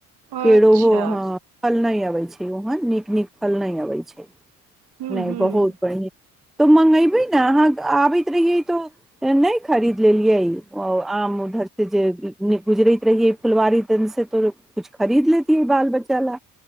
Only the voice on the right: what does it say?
अच्छा
हूँ
हूँ